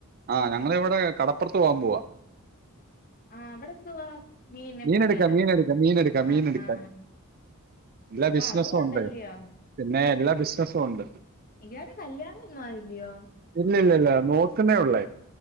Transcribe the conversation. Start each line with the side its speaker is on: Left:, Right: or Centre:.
Right: ആഹ് ഞങ്ങള ഇവിടെ കടപ്പുറത്ത് പോവാൻ പോവാ
Left: ആഹ് അവിടെ എന്തുവാ മീനിനെ
Right: മീൻ
Left: പിടിക്കാനോ
Right: എടുക്കാൻ മീൻ എടുക്കാൻ മീൻ എടുക്കാൻ
Left: ആഹ്
Right: മീൻ എടുക്കാൻ
Left: ആഹ്
Right: എല്ലാ
Left: അപ്പൊ
Right: ബിസിനസ്സും
Left: അതും ഉണ്ടല്ലയോ
Right: ഉണ്ട് പിന്നെ എല്ലാ ബിസിനസും ഉണ്ട്
Left: ഇയാൾക്ക് കല്യാണ ണം ഒന്നും ആയില്ലയോ
Right: ഇല്ല ഇല്ല ഇല്ല നോക്കുന്നേ ഉള്ളേ